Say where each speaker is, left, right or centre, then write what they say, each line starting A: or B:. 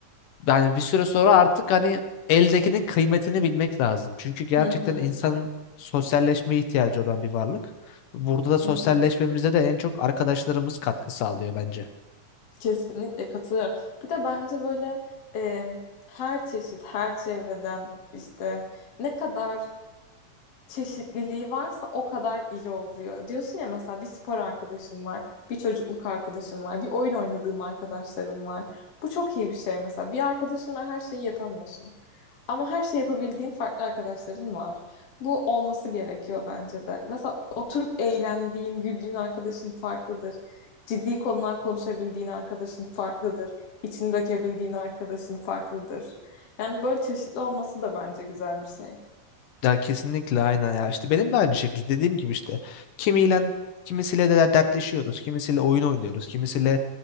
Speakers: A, on the left (about 90°); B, on the left (about 50°).
A: yani bir süre sonra artık hani eldekinin kıymetini bilmek lazım. Çünkü gerçekten
B: hı hı,
A: insan sosyalleşmeye ihtiyacı olan bir varlık. Burada da sosyalleşmemize
B: hı hı.
A: de en çok arkadaşlarımız katkı sağlıyor bence.
B: Kesinlikle katılıyorum. Bir de bence böyle e, her çeşit, her çevreden işte ne kadar çeşitliliği varsa o kadar iyi oluyor. Diyorsun ya mesela bir spor arkadaşım var, bir çocukluk arkadaşım var, bir oyun oynadığım arkadaşlarım var. Bu çok iyi bir şey mesela. Bir arkadaşınla her şeyi yapamıyorsun. Ama her şey yapabildiğin farklı arkadaşların var. Bu olması gerekiyor bence de. Mesela oturup eğlendiğin, güldüğün arkadaşın farklıdır. Ciddi konular konuşabildiğin arkadaşın farklıdır. İçini dökebildiğin arkadaşın farklıdır. Yani böyle çeşitli olması da bence güzel bir şey.
A: Ya kesinlikle aynen ya. İşte benim de aynı şekilde dediğim gibi işte kimiyle kimisiyle de dertleşiyoruz, kimisiyle oyun oynuyoruz, kimisiyle